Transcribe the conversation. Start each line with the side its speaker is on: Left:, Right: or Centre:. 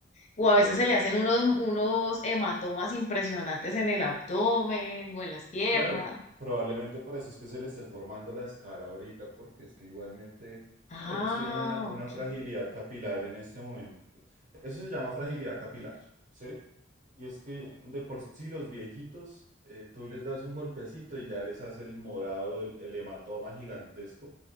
Left: O
Right: Ok,
Left: a veces se le hacen unos, unos hematomas impresionantes en el abdomen o en las piernas.
Right: Claro, probablemente por eso es que se le esté formando la escara ahorita, porque es que igualmente,
Left: Ah,
Right: como ellos tienen una, una
Left: ok.
Right: fragilidad capilar en este momento. Eso se llama fragilidad capilar, ¿sí? Y es que de por sí los viejitos, eh, tú les das un golpecito y ya les hace el morado, el, el hematoma gigantesco.